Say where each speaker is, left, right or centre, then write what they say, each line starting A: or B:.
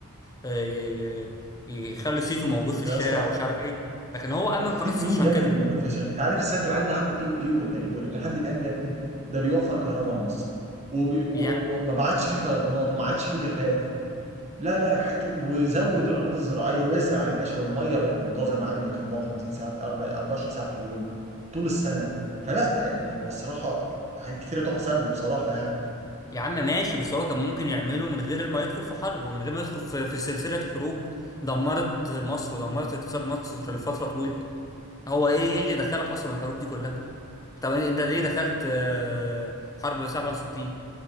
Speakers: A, on the left (about 15°); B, on the right (about 30°).
A: آه، ي- ي- يخلي صيته موجود في الشارع
B: يا اسطى
A: ومش عارف ايه لكن هو أمم
B: نسيت
A: قناة السويس
B: مين
A: عشان
B: يا
A: كده
B: ابني اللي موجود في شا... انت عارف السد العالي ده عمل ايه وايه ولا ايه ولا لحد الان بيعمل ايه ده بيوفر كهرباء لمصر وبي... و...
A: يا
B: وما بعتش فيه فيضانات وما عادش فيه جفاف لا لا حياتي وزود الارض الزراعيه وازرع يا باشا والميه بقت منتظمه عندك 54 ساعه في أربع- 24 ساعه في اليوم طول السنه فلا يعني هو الصراحه حاجات كتيره تحسب له بصراحه يعني
A: يا عم ماشي بس هو كان ممكن يعمله من غير ما يدخل في حرب ومن غير ما يدخل في, في سلسلة حروب دمرت مصر ودمرت اقتصاد مصر لفترة طويلة هو ايه ايه اللي دخلك اصلا الحروب دي كلها طب انت ليه دخلت آه، حرب 67